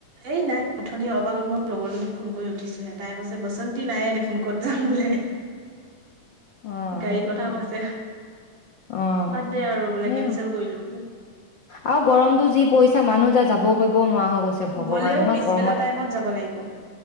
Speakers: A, on the right (about 65°); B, on the left (about 60°).
A: এই নাই উঠনি অলপ আগত মই লগৰজনী ফোন কৰি উঠো। উঠিছোহে তাই কৈছে বসন্তি নাইয়ে দেখোন ক'ত যাম বোলে।
B: অ
A: গাড়ীৰ
B: সেইটো
A: কথা
B: হয়
A: কৈছে
B: অ
A: বাদ দে আৰু বোলে
B: সেয়া
A: কেনচেল কৰিলো বোলে।
B: আৰু গৰমতটো যি পৰিছে মানুহ যে যাব কৰিব। নোৱাৰা হৈ গৈছে ভগৱান
A: গ'লেও
B: ইমান
A: পিছবেলা
B: গৰমত।
A: টাইমত যাব লাগিব